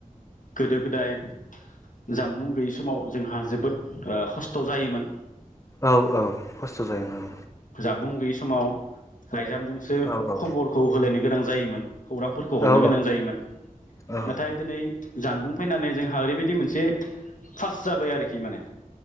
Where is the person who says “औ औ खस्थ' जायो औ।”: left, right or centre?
Left